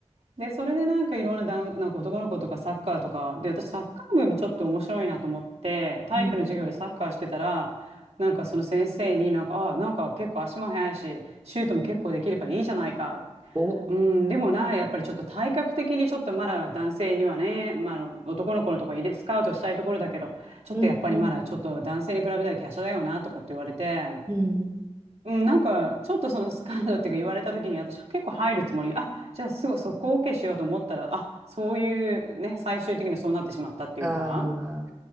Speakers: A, on the right; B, on the right.
A: で、それでなんかいろんな男、なんか男の子とかサッカーとか、で、私サッカー部もちょっと面白いなと思って、体育の授業でサッカーしてたら、
B: うん。
A: なんかその先生になんか、あ、なんか結構足も速いし、シュートも結構できるからいいじゃないか。
B: お、
A: うん、でもな、やっぱりちょっと体格的にちょっとまだ男性にはね、まあ、あの男の子のとこ入れ、スカウトしたいところだけど、ちょっとやっぱりまだちょっと男性に比べたら華奢だよなとかって言われて、
B: うん、うん、うん。
A: うん、なんか、ちょっとそのスカンドっていうか言われた時に、私は結構入るつもり、あ、じゃあすぐそこを OK しようと思ったら、あ、そういうね、最終的にはそうなってしまったっていうか、
B: ああ、